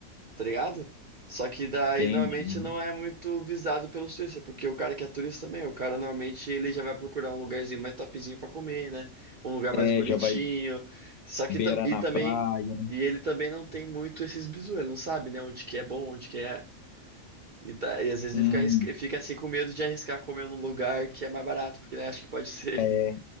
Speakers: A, on the right; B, on the left.
A: tá ligado? Só que daí
B: entendi.
A: normalmente não é muito visado pelo turista, porque o cara que é turista também, o cara normalmente ele já vai procurar um lugarzinho mais topzinho pra comer, né? Um lugar mais
B: É,
A: bonitinho.
B: já vai
A: Só que
B: beira
A: tam- e
B: na
A: também
B: praia.
A: e ele também não tem muito esses bizu, ele não sabe, né, onde que é bom, onde que é E, tá- e às vezes
B: Hum,
A: ele fica, arrisca- ele fica assim com medo de arriscar comer num lugar que é mais barato, porque ele acha que pode ser
B: é.
A: <laughs>